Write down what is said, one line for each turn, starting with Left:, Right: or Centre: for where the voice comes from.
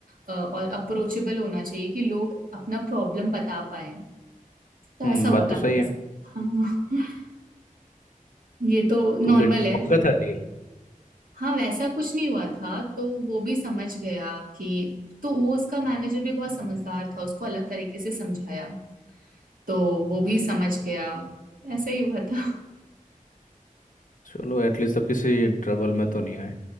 Right: अ, और अप्रोचेबल होना चाहिए कि लोग अपना प्रॉब्लम बता पाए तो
Left: हम्म
Right: ऐसा हुआ
Left: बात
Right: था
Left: तो सही
Right: मेरे
Left: है
Right: साथ। हाँ ये तो नॉर्मल
Left: तो फिर हो
Right: है
Left: गया था डील।
Right: हाँ वैसा कुछ नहीं हुआ था तो वो भी समझ गया कि तो वो उसका मैनेजर भी बहुत समझदार था उसको अलग तरीके से समझाया तो वो भी समझ गया ऐसा ही हुआ था
Left: चलो एटलीस्ट अब किसी ट्रबल में तो नहीं आए